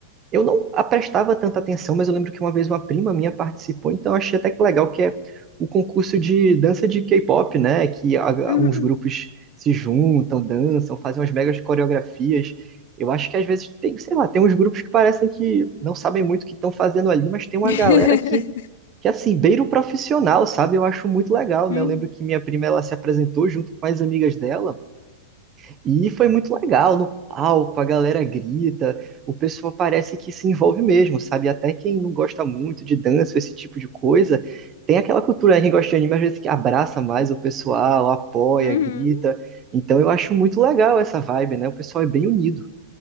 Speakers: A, on the right; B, on the left.
A: Eu não prestava tanta atenção, mas eu lembro que uma vez uma prima minha participou, então eu achei até que legal que é o concurso de dança de K-pop, né? Que a-
B: uhum.
A: uns grupos se juntam, dançam, fazem umas megas coreografias. Eu acho que às vezes tem, sei lá, tem uns grupos que parecem que não sabem muito o que estão fazendo ali, mas tem uma
B: <laughs>
A: galera que, que assim, beira o profissional, sabe? Eu acho muito legal,
B: Uhum,
A: né? Eu lembro que minha prima, ela se apresentou junto com as amigas dela, e foi muito legal no palco, a galera grita, o pessoal parece que se envolve mesmo, sabe? Até quem não gosta muito de dança, esse tipo de coisa, tem aquela cultura, né? Quem gosta de anime às vezes que abraça mais o pessoal, apoia,
B: uhum,
A: grita. Então eu acho muito legal essa vibe, né? O pessoal é bem unido.